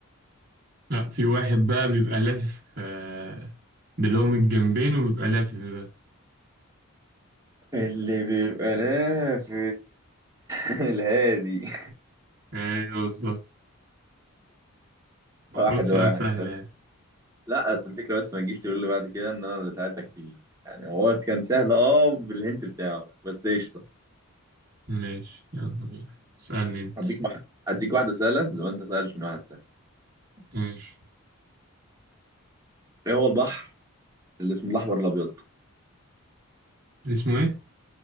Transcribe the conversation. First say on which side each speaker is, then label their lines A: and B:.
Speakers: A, on the right; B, on the right.
A: لا في واحد بقى بيبقى لافف آه، بلهم الجنبين وبيبقى لافف بقى
B: اللي بيبقى لافف <laughs> الهادي
A: أيوه بالظبط
B: واحد
A: المفروض سؤال
B: واحد
A: سهل
B: بس
A: يعني
B: لا أصل الفكرة بس ما تجيش تقول لي بعد كده إن أنا اللي ساعدتك فيه يعني هو كان سهل أه بالهنت بتاعه بس قشطة
A: ماشي يلا بينا اسألني أنت
B: أديك مح... أديك واحدة سهلة زي ما أنت سألتني واحد سهل
A: ماشي
B: إيه هو البحر اللي اسمه الأحمر الأبيض
A: اسمه إيه؟